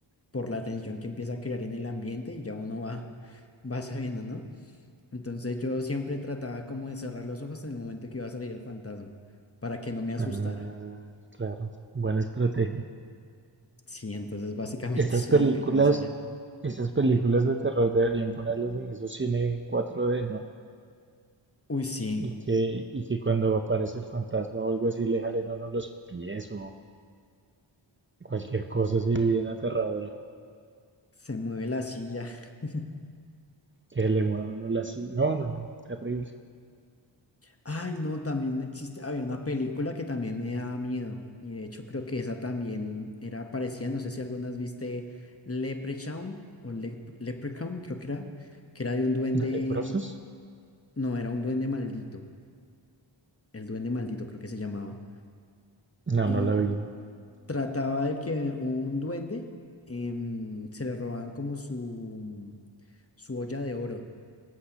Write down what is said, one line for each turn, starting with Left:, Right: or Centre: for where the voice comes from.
Left: por la tensión que empieza a crear en el ambiente y ya uno va, <laughs> va sabiendo, ¿no? Entonces yo siempre trataba como de cerrar los ojos en el momento que iba a salir el fantasma, para que no me asustara.
Right: Ah, claro, buena estrategia.
Left: Sí, entonces básicamente
Right: Estas
Left: <laughs> eso
Right: películas
Left: era lo que yo hacía.
Right: Esas películas de terror deberían ponerlas en esos cine 4D, ¿no?
Left: Uy, sí.
Right: Y que, y que cuando aparece el fantasma o algo así le jalen a uno los pies o cualquier cosa así bien aterradora.
Left: Se mueve la silla. <laughs>
Right: Que le muevan a uno la silla. No, no, no, terrible.
Left: Ay, no, también existe, había una película que también me daba miedo. Y de hecho creo que esa también era parecida, no sé si algunas viste Leprechaun o Le- Leprechaun, creo que era, que era de un duende,
Right: ¿De leprosos?
Left: no, era un duende maldito, el duende maldito creo que se llamaba.
Right: No,
Left: Y
Right: no la vi nunca.
Left: trataba de que un duende em, se le robaban como su, su olla de oro.